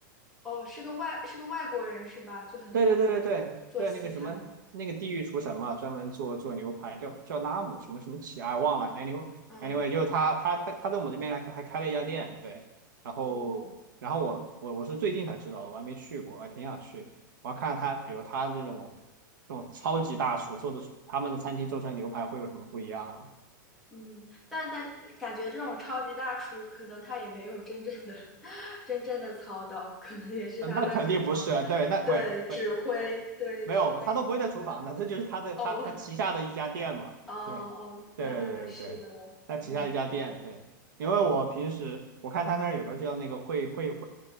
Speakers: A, in the centre; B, on the right (about 70°).
A: 哦，是个外是个外国人是吧？就很厉害了，
B: 对对对对对对，
A: 做西餐。
B: 那个什么，那个地狱厨神嘛，专门做做牛排，叫叫拉姆什么什么奇，哎，忘了。Anyway
A: 嗯，
B: anyway，就是他他他他在我们这边还还开了一家店，对。然后然后我我我是最近才知道的，
A: 哦，
B: 我还没去过，我还挺想去的。我要看看他，比如他那种这种超级大厨做的，他们的餐厅做出来牛排会有什么不一样。
A: 嗯，但但感觉这种超级大厨，可能他也没有真正的 <laughs> 真正的操刀，可能也是他在厨房，
B: 呃那肯定不是啊，对，那不会不会不没有，
A: 对，指挥，对，指挥其他。
B: 他都不会在厨房的，这就是他的他他旗下的一家店嘛，
A: 哦，哦哦，
B: 对，
A: 那那那是的了。
B: 对对对对对，他旗下一家店，
A: 嗯。
B: 对，因为我平时我看他那儿有个叫那个惠惠惠